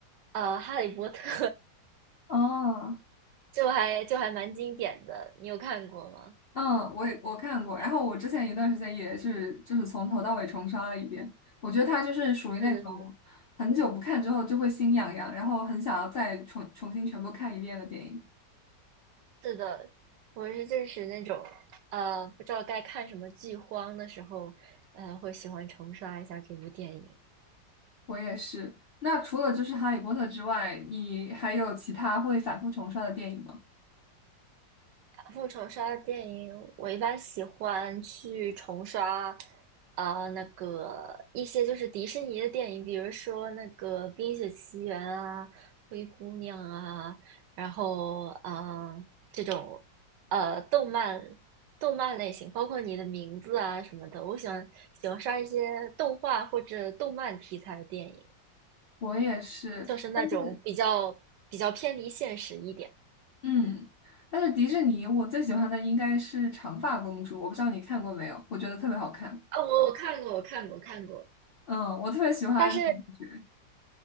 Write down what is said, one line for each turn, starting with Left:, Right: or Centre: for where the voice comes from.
Right: 呃，《哈利波特》
Left: 哦，
Right: <laughs> 就还就还蛮经典的，你有看过吗？
Left: 嗯，我也我看过，然后我之前一段时间也是就是从头到尾重刷了一遍。我觉得它就是属于那种很久不看之后就会心痒痒，
Right: 是的，是的，
Left: 然后很想要再重重新全部看一遍的电影。
Right: 是的，我是就是那种，呃，不知道该看什么剧荒的时候，呃，会喜欢重刷一下这部电影。
Left: 我也是。那除了就是《哈利波特》之外，你还有其他会反复重刷的电影吗？
Right: 复仇杀的电影，我一般喜欢去重刷啊、那个一些就是迪士尼的电影，比如说那个《冰雪奇缘》啊，《灰姑娘》啊，然后啊、这种呃动漫动漫类型，包括你的名字啊什么的，我喜欢喜欢刷一些动画或者动漫题材的电影，
Left: 我也是，
Right: 就是那种比较比较偏离现实一点
Left: 但是嗯，但是迪士尼我最喜欢的应该是《长发公主》，我不知道你看过没有？我觉得特别好看。
Right: 啊、我我看过，我看过，看过。
Left: 嗯，我特别喜欢女主角。
Right: 但是